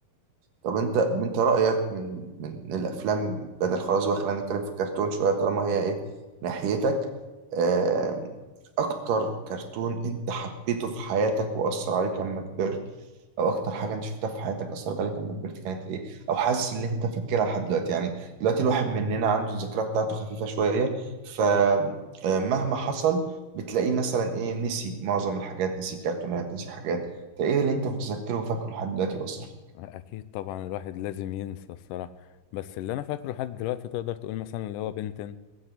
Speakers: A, on the right (about 80°); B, on the left (about 80°).
A: طب انت انت رأيك من من الافلام بدل خلاص بقى خلينا نتكلم في الكرتون شوية طالما هي ايه ناحيتك آم، اكتر كرتون انت حبيته في حياتك واثر عليك لما كبرت او اكتر حاجة انت شفتها في حياتك اثرت عليك لما كبرت كانت ايه او حاسس ان انت فاكرها لحد دلوقتي يعني دلوقتي الواحد مننا عنده الذاكرة بتاعته خفيفة شوية فمهما حصل بتلاقيه مثلا ايه نسي معظم الحاجات نسي كرتونات نسي حاجات فايه اللي انت متذكره وفاكره لحد دلوقتي واثر فيك
B: اكيد طبعا الواحد لازم ينسى الصراحة بس اللي انا فاكره لحد دلوقتي تقدر تقول مثلا اللي هو بنتن